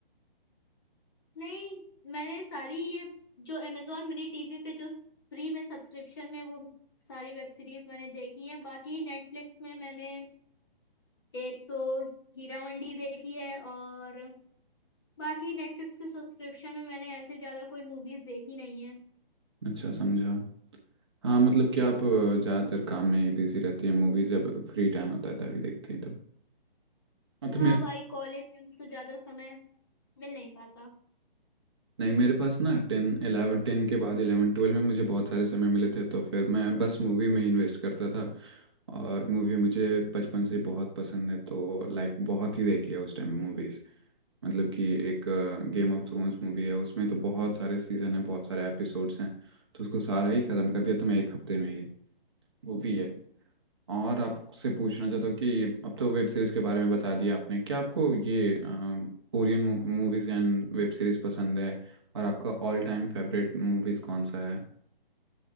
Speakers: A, on the left; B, on the right.
A: नहीं मैंने सारी ये जो अमेजोन मिनी टीवी पे जो फ्री में सब्सक्रिप्शन में वो सारी वेब सीरीज मैंने देखी है बाकी नेटफ्लिक्स में मैंने एक तो हीरा मंडी देखी है और बाकी नेटफ्लिक्स के सब्सक्रिप्शन में मैंने ऐसे ज्यादा कोई मूवीज देखी नहीं है
B: अच्छा समझा हाँ मतलब कि आप अ, ज़्यादातर काम में ही बिजी रहती हैं मूवीज जब फ्री टाइम होता है तभी देखती हैं तो हाँ तो
A: हाँ
B: मेरे
A: भाई कॉलेज में तो ज्यादा समय मिल नहीं पाता
B: नहीं मेरे पास ना टेन इलेवन टेन के बाद इलेवन ट्वेल्व में मुझे बहुत सारे समय मिले थे तो फिर मैं बस मूवी में इन्वेस्ट करता था और मूवी मुझे बचपन से बहुत पसंद है तो लाइक बहुत ही देख लिया उस टाइम मूवीज़ मतलब कि एक गेम ऑफ थ्रोन्स मूवी है उसमें तो बहुत सारे सीजन है बहुत सारे एपिसोड्स हैं तो उसको सारा ही ख़त्म कर दिया था मैं एक हफ्ते में ही वो भी है और आपसे पूछना चाहता हूँ कि अब तो वेब सीरीज के बारे में बता दिया आपने क्या आपको ये Korean movies and web series पसंद है और आपका ऑल टाइम फेवरेट मूवीज कौन सा है